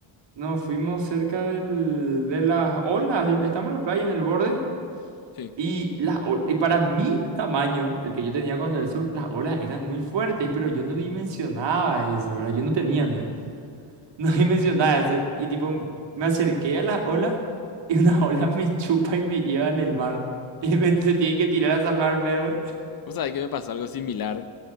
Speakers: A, on the right (about 60°); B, on the left (about 45°).
A: Nos fuimos cerca del, de las olas, del- estamos en la playa en el borde
B: Sí.
A: y, las, ol- y para mi tamaño, el que yo tenía cuando eso, las olas eran muy fuertes, pero yo no dimensionaba eso, ¿verdad? Yo no tenía miedo, <laughs> no dimensionaba eso y tipo me acerqué a las olas y una <laughs> ola me chupa y me lleva en el mar y me, se tienen que tirar a salvarme, güey.
B: Vos sabés que me pasó algo similar